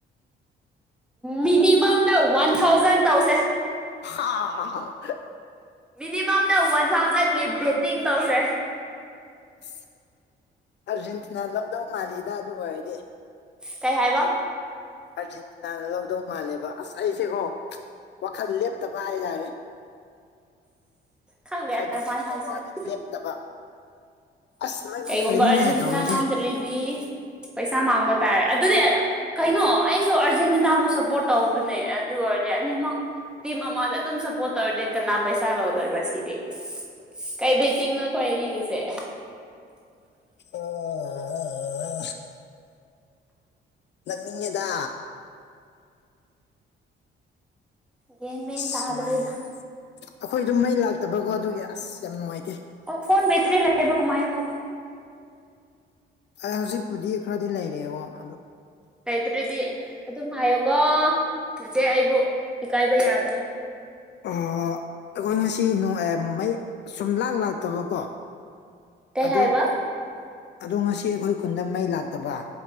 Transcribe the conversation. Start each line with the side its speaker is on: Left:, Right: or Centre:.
Centre: ꯃꯤꯅꯤꯃꯝꯗ ꯋꯥꯟ ꯊꯥꯎꯖꯟ ꯇꯧꯁꯦ
Left: ꯍꯥꯥ
Centre: ꯃꯤꯅꯤꯃꯝꯅ ꯋꯥꯟ ꯊꯥꯎꯖꯟꯒꯤ ꯕꯦꯠꯇꯤꯡ ꯇꯧꯁꯦ
Left: ꯑꯁ ꯑꯥꯔꯖꯦꯟꯇꯤꯅꯥ ꯂꯧꯗꯧ ꯃꯥꯜꯂꯤꯗ ꯑꯗꯨ ꯑꯣꯏꯔꯗꯤ
Centre: ꯀꯩ ꯍꯥꯏꯕ
Left: ꯑꯥꯔꯖꯦꯟꯇꯤꯅꯥꯅ ꯂꯧꯗꯧ ꯃꯥꯜꯂꯦꯕ ꯑꯁ ꯑꯩꯁꯦꯀꯣ ꯋꯥꯈꯜ ꯂꯦꯞꯇꯕ ꯍꯥꯏꯇꯥꯔꯦ
Centre: ꯈꯪꯗꯦ
Left: ꯍꯥꯏꯗꯣꯛꯈꯤꯕ
Centre: ꯀꯃꯥꯏꯅ ꯍꯥꯏꯁꯤꯔꯥ
Left: ꯋꯥꯗꯨ ꯂꯦꯞꯇꯕ ꯑꯁ ꯃꯩ
Centre: ꯀꯩꯒꯨꯝꯕ
Left: ꯃꯨꯠꯈ꯭ꯔꯦꯅꯦ
Centre: ꯑꯔꯖꯦꯟꯇꯤꯅꯥ
Left: ꯇꯧꯔꯤꯁꯦ
Centre: ꯉꯝꯗꯔꯤꯗꯤ ꯄꯩꯁꯥ ꯃꯥꯡꯕ ꯇꯥꯔꯦ ꯑꯗꯨꯗꯤ ꯀꯩꯅꯣ ꯑꯩꯁꯨ ꯑꯥꯔꯖꯦꯟꯇꯤꯅꯥꯕꯨ ꯁꯞꯄꯣꯔꯠ ꯇꯧꯕꯅꯦ ꯑꯗꯨ ꯑꯣꯏꯔꯗꯤ ꯑꯅꯤꯃꯛ ꯇꯤ ꯃꯃꯥꯗ ꯑꯗꯨꯝ ꯁꯞꯄꯣꯔꯠ ꯇꯧꯔꯗꯤ ꯀꯅꯥ ꯄꯩꯁꯥ ꯂꯧꯗꯣꯏꯕ ꯁꯤꯗꯤ ꯀꯥꯏ ꯕꯤꯇꯒ ꯅ ꯈꯣꯏꯋꯥꯏꯔꯤꯁꯦ
Left: ꯑꯣ ꯅꯛꯅꯤꯡꯉꯦꯗ
Centre: ꯒ꯭ꯌꯥꯟ ꯃꯦꯟ
Left: ꯑꯁ
Centre: ꯇꯥꯗ꯭ꯔꯦꯗ
Left: ꯃꯥꯏ ꯑꯩꯈꯣꯏ ꯑꯗꯨꯝ ꯃꯩ ꯂꯥꯛꯇꯕꯀꯣ ꯑꯗꯨꯒꯤ ꯑꯁ ꯌꯥꯝ ꯅꯨꯡꯉꯥꯏꯇꯦ
Centre: ꯑꯣ ꯐꯣꯟ ꯕꯇꯔꯤ ꯂ ꯂꯩꯕ ꯃꯥꯥꯏ ꯍꯣ
Left: ꯑꯩ ꯍꯧꯖꯤꯛꯄꯨꯗꯤ ꯈꯔꯗꯤ ꯂꯩꯔꯤꯑꯕ ꯑꯗꯣ
Centre: ꯂꯩꯇ꯭ꯔꯤꯗꯤ ꯑꯗꯨꯝ ꯍꯥꯏꯌꯣꯀꯣ ꯏꯆꯦ ꯑꯩꯕꯨ ꯏꯀꯥꯏꯕ ꯌꯥꯗ꯭ꯔꯦ
Left: ꯑꯣ ꯑꯩꯈꯣꯏ ꯉꯁꯤ ꯅꯣꯡ ꯃꯩ ꯁꯨꯝ ꯂꯥꯛ ꯂꯥꯛꯇꯕꯀꯣ
Centre: ꯀꯩ
Left: ꯑꯗꯨ
Centre: ꯍꯥꯏꯕ
Left: ꯑꯗꯣ ꯉꯁꯤ ꯑꯩꯈꯣꯏ ꯈꯨꯟꯗ ꯃꯩ ꯂꯥꯛꯇꯕ